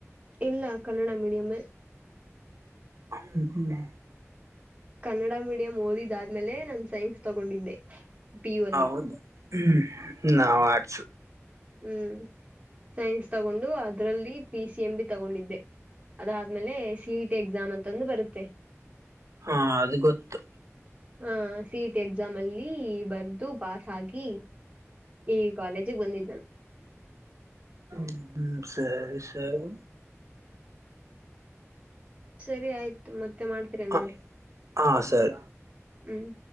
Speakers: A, on the right; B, on the right.
A: ಇಲ್ಲ ಕನ್ನಡ ಮೀಡಿಯಮ
B: ಹ್ಮ್ಮ
A: ಕನ್ನಡ ಮೀಡಿಯಂ ಓದಿದಾದ್ಮೇಲೆ ನಾನು ಸೈನ್ಸ್ ತಗೊಂಡಿದ್ದೆ ಪಿ ಯು ಅಲ್ಲಿ
B: ಹೌದು ಹ್ಮ್ ನಾವು ಆಡ್ಸ
A: ಹ್ಮ್ ಸೈನ್ಸ್ ತಗೊಂಡು ಅದ್ರಲ್ಲಿ ಪಿ ಸಿ ಎಂ ಬಿ ತಗೊಂಡಿದ್ದೆ ಅದಾದ್ಮೇಲೆ ಸಿಇ ಟಿ ಎಕ್ಸಾಮ್ ಅಂತಂದು ಬರುತ್ತೆ
B: ಹಾ ಅದು ಗೊತ್ತು
A: ಹ ಸಿ ಇ ಟಿ ಎಕ್ಸಾಮ್ ಅಲ್ಲಿ ಬರ್ದು ಪಾಸ್ ಆಗಿ ಈ ಕಾಲೇಜಿಗೆ ಬಂದಿದ್ದ್ನು
B: ಹ್ಮ ಹ್ಮ ಸರಿ ಸರಿ
A: ಸರಿ ಆಯ್ತು ಮತ್ತೆ ಮಾಡ್ತೀರಲ್ಲ
B: ಹ
A: ನೋಡಿ
B: ಸರಿ
A: ಹ್ಮ್